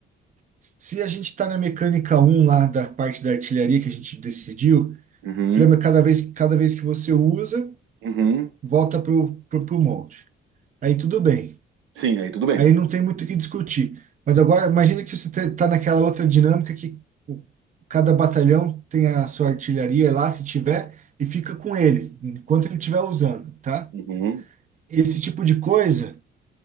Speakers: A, on the right; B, on the right.
A: se a gente está na mecânica um lá da parte da artilharia que a gente decidiu,
B: Uhum.
A: você lembra que cada vez, cada vez que você usa,
B: Uhum.
A: volta para o monte. Aí tudo bem.
B: Sim, aí tudo bem.
A: Aí não tem muito o que discutir. Mas agora, imagina que você está naquela outra dinâmica que o- cada batalhão tem a sua artilharia lá, se tiver, e fica com ele, enquanto ele estiver usando, tá?
B: Uhum.
A: Esse tipo de coisa